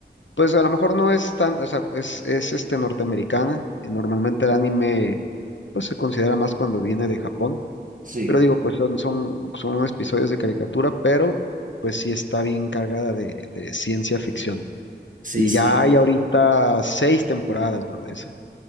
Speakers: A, on the left; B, on the right.
A: Pues a lo mejor no es tan, o sea, es, es este norteamericana. y Normalmente el anime, pues se considera más cuando viene de Japón.
B: Sí,
A: Pero digo, pues son, son, son episodios de caricatura, pero pues sí está bien cargada de de ciencia ficción.
B: sí,
A: Y
B: sí.
A: ya hay ahorita seis temporadas, bro, de esa.